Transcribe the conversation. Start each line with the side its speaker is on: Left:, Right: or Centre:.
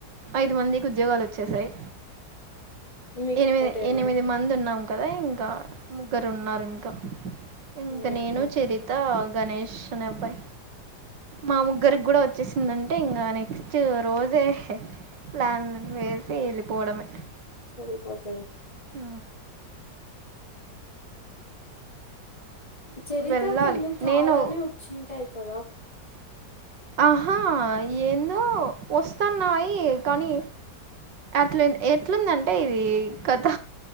Right: ఐదు మందికి ఉద్యోగాలు వచ్చేసాయి
Left: మీకు
Right: ఎనిమిది
Left: ఒకటేనా
Right: ఎనిమిది
Left: ఇంక
Right: మంది ఉన్నాం కదే ఇంకా ముగ్గురు ఉన్నారు ఇంకా ఇంక
Left: ఉహు
Right: నేను చరిత గణేష్ అనే అబ్బాయి మా ముగ్గురికి కూడా వచ్చేసి ఏందంటే ఇంకా నెక్స్ట్ రోజే ప్లాన్ వేసి వెళ్ళిపోవడమే
Left: సరిపోదు అసల్
Right: హ
Left: చరిత
Right: వెళ్ళాలి
Left: కిందకు చాలానే
Right: నేను
Left: వచ్చింటాయి కదా
Right: ఆహా ఏందో వస్తన్నాయి కానీ అట్లు ఎట్లుందంటే ఇది కొత్త